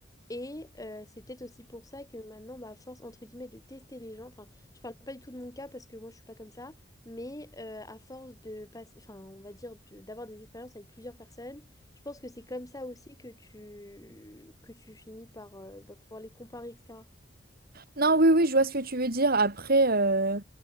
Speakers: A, on the left; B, on the right.
A: Et euh, c'est peut-être aussi pour ça que maintenant, bah, à force, entre guillemets, de tester les gens, enfin, je parle pas du tout de mon cas parce que moi, je suis pas comme ça, mais euh, à force de passer, enfin, on va dire, de- d'avoir des expériences avec plusieurs personnes, je pense que c'est comme ça aussi que tu, que tu finis par euh, bah, pouvoir les comparer, etc.
B: Non, oui, oui, je vois ce que tu veux dire. Après, euh,